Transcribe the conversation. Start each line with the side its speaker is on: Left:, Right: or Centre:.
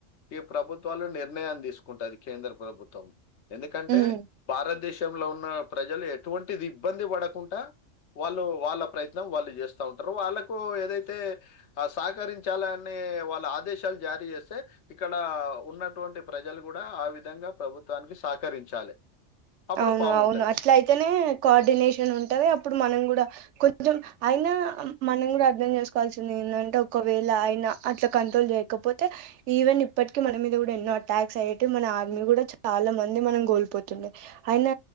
Left: ఈ ప్రభుత్వాలు నిర్ణయం తీసుకుంటుంది కేంద్ర ప్రభుత్వం ఎందుకంటే
Right: మ్మ్
Left: భారతదేశంలో ఉన్న ప్రజలు ఎటువంటిది ఇబ్బంది పడకుండా వాళ్ళు వాళ్ళ ప్రయత్నం వాళ్ళు చేస్తా ఉంటారు వాళ్ళకి ఏదైతే సహకరించాల అనే వాళ్ళ ఆదేశాలు జారీ చేస్తే ఇక్కడ ఉన్నట్ అటువంటి ప్రజలు కూడా ఆ విధంగా ప్రభుత్వానికి సహకరించాలి అప్పుడు
Right: అవును
Left: బావుంటది.
Right: అవును అట్లా అయితేనే కోఆర్డినేషన్ ఉంటది అప్పుడు మనం కూడా కొ కొంచెం అయినా మనం కూడా అర్థం చేసుకోవాల్సింది ఏంటంటే ఒకవేళ ఆయన అట్లా కంట్రోల్ చేయకపోతే ఈవెన్ ఇప్పటికీ మన మీద కూడా ఎన్నో అటాక్స్ అయ్యేవి మన ఆర్మీ కూడా చాలా మంది మనం కోల్పోతుంది అయినా